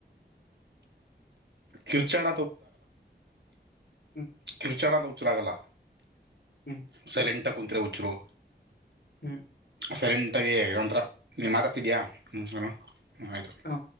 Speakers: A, on the right (about 70°); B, on the left (about 65°).
A: ಕಿರ್ಚಾಡ
B: ಹ
A: ಕಿರುಚಾಣಂದ ಹುಚ್ಚರ್ ಆಗಲ್ಲ
B: ಹ್ಮ್
A: ಸೈಲೆಂಟ್ ಕುಂತರ ಹುಚ್ಚರು
B: ಹ್ಮ್
A: ಸೈಲೆಂಟಾಗಿ ಒಂಥರ ನೀವು ಮಾತಾಡ್ತಿದೆಯಾ ಹ್ಞೂ ನಾನ ಹ್ಞೂ ಆಯಿತು
B: ಹ